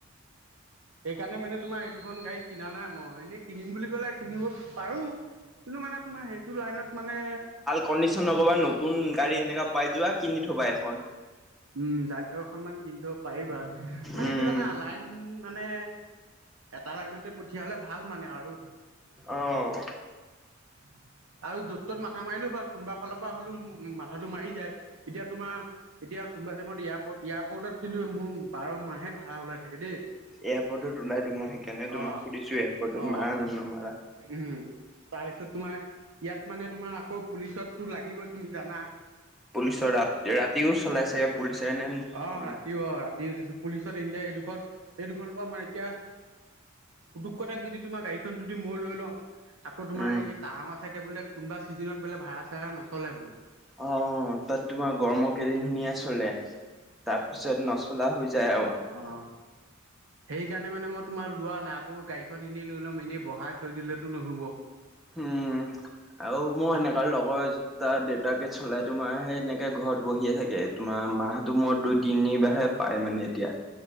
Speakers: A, on the right; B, in the centre.
A: সেইকাৰণে মানে তোমাৰ এই দুখন গাড়ী কিনা নাই, মই এনেই কিনিম বুলি ক'লে কিনিব পাৰোঁ। কিন্তু মানে তোমাৰ সেইটো লাইনত মানে
B: কণ্ডিচন নকবা নতুন গাড়ী সেনেকা পাই। যোৱা কিনি থবা এখন।
A: উম, <unintelligible> এখনমান কিনি থব পাৰিবা, মানে
B: উম,
A: কি জানা লাইন মানে এটা লাইনতে পঠিয়ালে ভাল মানে আৰু।
B: অহ।
A: <inaudible> আৰু য'ত ত'ত মাথা মাৰিলেও ভাল কোনোবা ফালৰ পৰা হ'লেও মাথাটো মাৰি যায়। এতিয়া তোমাৰ এতিয়া কোনোবা টাইমত এয়াৰপৰ্ট-এয়াৰপৰ্টত কিন্তু মোৰ বাৰ মাহে ভাৰা ওলাই থাকে দেই।
B: এয়াৰপৰ্টত ওলাই তো মই সেইকাৰণে তোমাক
A: অ
B: সুধিছোঁ। এয়াৰপৰ্টত
A: অ
B: মাৰা নে নামাৰা?
A: উম। <unintelligible> তোমাৰ ইয়াত মানে তোমাৰ আকৌ পুলিচৰো তো লাগিবই তুমি জানা।
B: পুলিচৰ ৰাতি ৰাতিও চলাই চাগে?
A: অহ,
B: পুলিচে নে তোমাৰ
A: ৰাতিও অহ ৰাতিও তাৰপিছত পুলিচত এতিয়া এই দুখন, এই দুখনৰ পৰা মানে এতিয়া পুতুকটেই যদি তোমাৰ গাড়ীখন যদি মূৰ লৈ ল আকৌ তোমাৰ
B: উম।
A: এই তাহাংৰ চাইডে বোলে কোনোবা চিজনত বোলে ভাড়া-চাড়া নচলে বোলে?
B: অহ, তাত তোমাৰ গৰমৰ কেইদিন ধুনীয়া চলে, তাৰপিছত নচলা হৈ যায় আৰু।
A: অহ। সেইকাৰণে মানে মই তোমাৰ লোৱা নাই আকৌ গাড়ীখন এনেই লৈ ল'ম এনেই বঢ়াই থৈ দিলেতো নহ'ব।
B: উম, আৰু মোৰ সেনেকা
A: আকৌ
B: লগৰ এটাৰ দেউতাকে চলাই তোমাৰ সেই এনেকে ঘৰত বহিয়ে থাকে। তোমাৰ মাহতটো মুৰত দুই তিনিবাৰ হে পায় মানে এতিয়া।